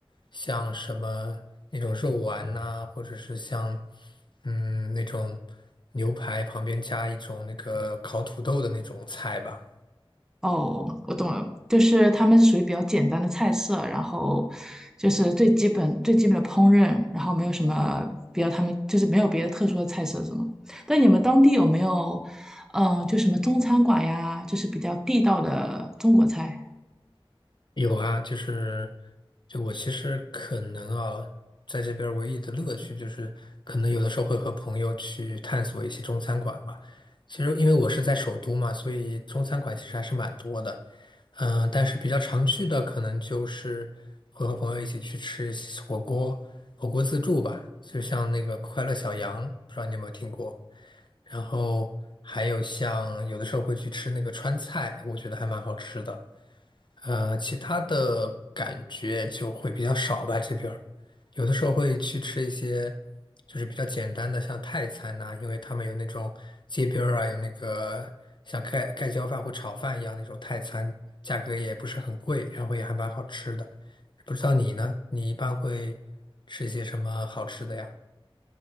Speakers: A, on the left; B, in the centre.
A: 像什么那种肉丸呐、或者是像嗯那种牛排旁边加一种那个烤土豆的那种菜吧。
B: 哦，我懂了，就是他们是属于比较简单的菜色，然后就是最基本最基本的烹饪，然后没有什么比较他们就是没有别的特殊的菜色，是吗？但你们当地有没有，嗯、就什么中餐馆呀，就是比较地道的中国菜？
A: 有啊，就是，就我其实可能啊，在这边儿唯一的乐趣就是，可能有的时候会和朋友去探索一些中餐馆吧。其实因为我是在首都嘛，所以中餐馆其实还是蛮多的。嗯、但是比较常去的可能就是会和朋友一起去吃一些火锅，火锅自助吧，就像那个快乐小羊，不知道你有没有听过。然后还有像有的时候会去吃那个川菜，我觉得还蛮好吃的。呃，其他的感觉就会比较少吧，这边儿有的时候会去吃一些就是比较简单的，像泰餐呐、因为他们有那种街边儿啊，有那个像盖盖浇饭或炒饭一样那种泰餐，价格也不是很贵，然后也还蛮好吃的。不知道你呢？你一般会吃一些什么好吃的呀？